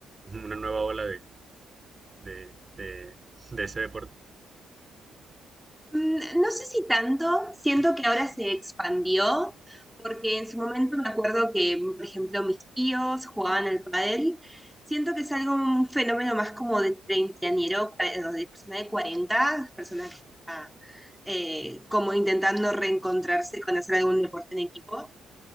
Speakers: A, on the right; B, in the centre.
A: una nueva ola de, de, de- de ese deporte.
B: Mm, No sé si tanto, siento que ahora se expandió, porque en su momento me acuerdo que, por ejemplo, mis tíos jugaban al pádel. Siento que es algo, un fenómeno más como de treintañero, cua- de persona de cuarenta persona que está eh, como intentando reencontrarse con hacer algún deporte en equipo.